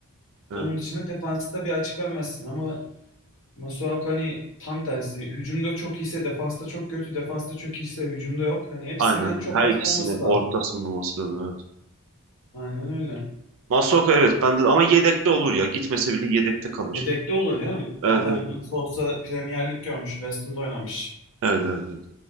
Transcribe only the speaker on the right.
evet.
Aynen, aynen.
Her
ikisini
ortasını bulması lazım evet.
Masuaku evet bende ama yedekte olur ya. Gitmese bile yedekte kalır.
Evet
evet.
Evet, evet, evet.